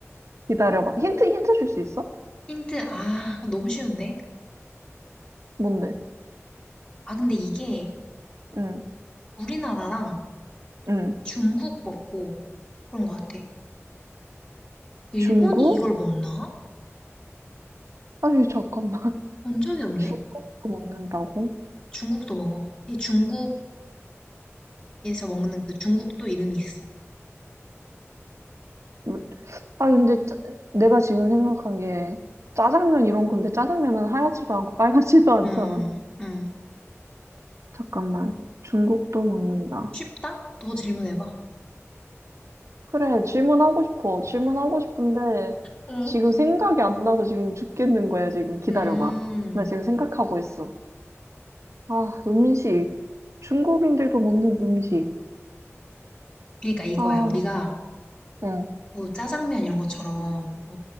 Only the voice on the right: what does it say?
<laughs> 기다려봐. 힌트, 힌트 줄 수 있어?
뭔데?
응,
응.
중국?
아니, 잠깐만. <laughs>
중국도 먹는다고?
뭐- 아, 근데 짜, 내가 지금 생각한 게 짜장면 이런 건데 짜장면은 하얗지도 않고 빨갛지도 않잖아.
잠깐만. 중국도 먹는다.
그래, 질문하고 싶어. 질문하고 싶은데,
지금 생각이 안 나서 지금 죽겠는 거야, 지금. 기다려봐.
나 지금 생각하고 있어. 아, 음식. 중국인들도 먹는 음식.
아,
응,